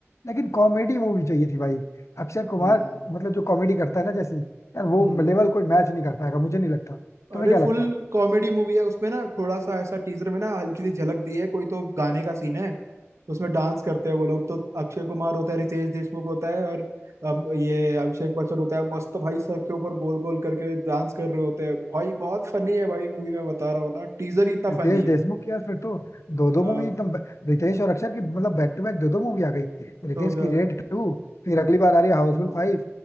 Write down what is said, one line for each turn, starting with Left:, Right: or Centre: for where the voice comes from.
Left: लेकिन कॉमेडी मूवी चाहिए थी भाई अक्षय कुमार
Right: हम्म
Left: मतलब जो कॉमेडी करता है ना जैसी यार वो
Right: हम्म
Left: लेवल कोई मैच नहीं करता है मुझे नहीं लगता तुम्हें
Right: अरे
Left: क्या लगता
Right: फुल
Left: है
Right: कॉमेडी मूवी है उसमें ना थोड़ा सा ऐसा टीजर में ना हल्की सी झलक दी है कोई तो गाने का सीन है उसमें डांस करते हैं वो लोग तो अक्षय कुमार होता है रितेश देशमुख होता है और अम, ये अभिषेक बच्चन होता है मस्त भाई सर के ऊपर गोल गोल करके डांस कर रहे होते हैं भाई बहुत फनी है भाई मूवी मैं बता रहा हूँ ना टीजर ही इतना
Left: रितेश
Right: फनी है
Left: देशमुख की यार फिर तो दो दो
Right: हाँ
Left: मूवी एकदम ब- रितेश और अक्षर की मतलब बैक टू बैक दो दो मूवी आ गई रितेश
Right: तो क्या
Left: की रेड टू फिर अगली बार आ रही है हाउसफुल
Right: हाँ
Left: फाइव